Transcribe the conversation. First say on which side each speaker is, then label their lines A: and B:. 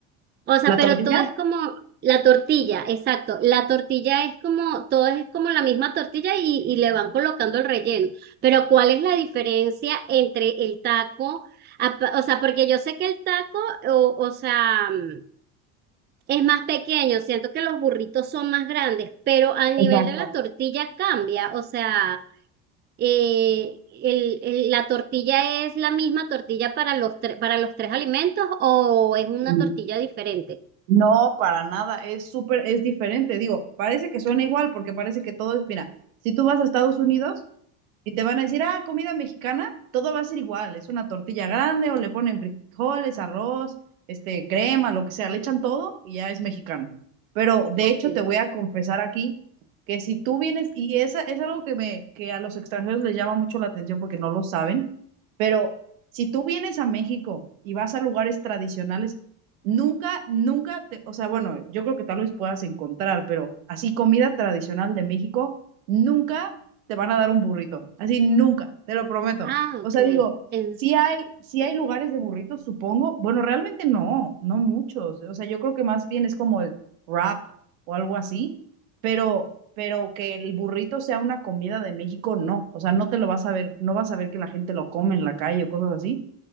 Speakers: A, on the right (about 25°); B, on the right (about 85°).
A: o sea,
B: La
A: pero
B: tortilla,
A: todo es como la tortilla, exacto. La tortilla es como, todo es como la misma tortilla y, y le van colocando el relleno. Pero ¿cuál es la diferencia entre el taco? apa- O sea, porque yo sé que el taco, o, o sea, mm, es más pequeño, siento que los burritos son más grandes, pero al nivel
B: Exacto.
A: de la tortilla cambia. O sea, eh, el- el- la tortilla es la misma tortilla para los, tre- para los tres alimentos o es una
B: Mm,
A: tortilla diferente.
B: no, para nada, es súper, es diferente, digo, parece que suena igual porque parece que todo es, mira, si tú vas a Estados Unidos, Y te van a decir, ah, comida mexicana, todo va a ser igual, es una tortilla grande o le ponen frijoles, arroz, este, crema, lo que sea, le echan todo y ya es mexicano. Pero de
A: Ok.
B: hecho te voy a confesar aquí que si tú vienes, y esa es algo que me, que a los extranjeros les llama mucho la atención porque no lo saben, pero si tú vienes a México y vas a lugares tradicionales, nunca, nunca te, o sea, bueno, yo creo que tal vez puedas encontrar, pero así comida tradicional de México, nunca te van a dar un burrito. Así nunca, te lo prometo.
A: Ah,
B: O
A: ok.
B: sea, digo,
A: En,
B: sí hay, sí hay lugares de burritos, supongo. Bueno, realmente no, no muchos. O sea, yo creo que más bien es como el wrap o algo así, pero, pero que el burrito sea una comida de México, no. O sea, no te lo vas a ver, no vas a ver que la gente lo come en la calle o cosas así.